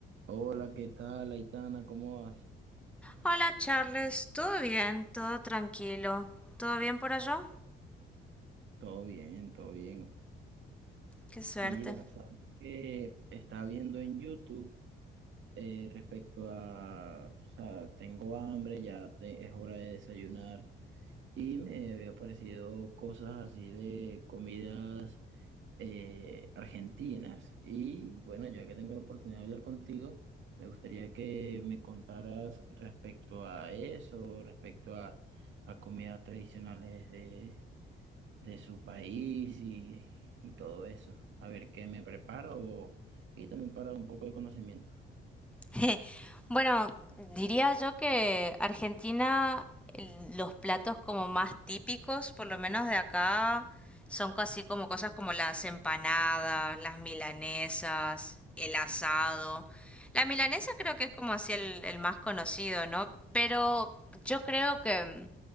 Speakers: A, on the right; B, in the centre.
A: Hola, ¿qué tal, Aitana? ¿Cómo vas?
B: Hola Charles, ¿todo bien? ¿Todo tranquilo? ¿Todo bien por allá?
A: Todo bien, todo bien.
B: Qué suerte.
A: Mira, sabes que estaba viendo en YouTube eh, respecto a, o sea, tengo hambre, ya te- es hora de desayunar y me había aparecido cosas así de comidas eh, argentinas. Y bueno, ya que tengo la oportunidad de hablar contigo, me gustaría que me contaras respecto a eso, respecto a, a comidas tradicionales de su país y, y todo eso. A ver qué me preparo y también para un poco de conocimiento.
B: <laughs> Bueno, diría yo que Argentina, el- los platos como más típicos, por lo menos de acá, son casi como cosas como las empanadas, las milanesas, el asado. La milanesa creo que es como así el, el más conocido, ¿no? Pero yo creo que